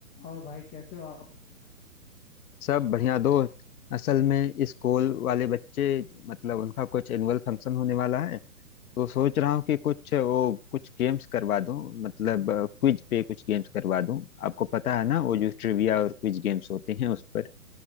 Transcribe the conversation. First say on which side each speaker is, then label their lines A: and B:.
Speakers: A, on the left (about 15°); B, on the left (about 70°).
A: और भाई कैसे हो आप
B: सब बढ़िया दोस्त असल में इस स्कूल वाले बच्चे मतलब उनका कुछ एनुअल फंक्शन होने वाला है तो सोच रहा हूँ कि कुछ वो कुछ गेम्स करवा दूँ मतलब क्विज पे कुछ गेम्स करवा दूँ आपको पता है ना वो जो ट्रिविया और क्विज गेम्स होते हैं उस पर